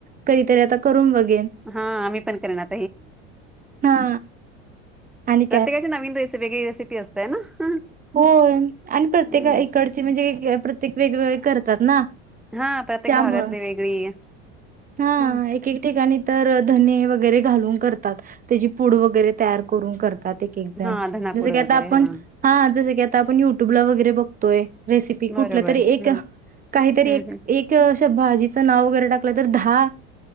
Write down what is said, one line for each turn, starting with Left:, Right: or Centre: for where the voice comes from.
Right: कधीतरी आता करून बघेन.
Centre: हा आम्ही पण करणार
Right: हा आणि
Centre: प्रत्येकाचे नवीन रसेपी वेगळे असतयं ना.
Right: हो आणि प्रत्येका
Centre: हम्म
Right: इकडचे म्हणजे प्रत्येक प्रत्येक वेगवेगळे करतात ना
Centre: हा प्रत्येक
Right: त्यामुळं
Centre: भागातली वेगळी
Right: हा
Centre: हम्म
Right: एक एक ठिकाणी तर धने वगैरे घालून करतात त्याची पूड वगैरे तयार करून करतात एक एक जण
Centre: हा धनापूड
Right: जसं की आता
Centre: वगैरे
Right: आपण
Centre: हा
Right: हा जसं की आता आपण युट्यूब ला वगैरे बघतोय रेसिपी
Centre: बरोबर
Right: कुठलं तरी एक
Centre: हम्म
Right: काहीतरी
Centre: हम्म हम्म
Right: एक भाजीचं नाव वगैरे टाकलं तर दहा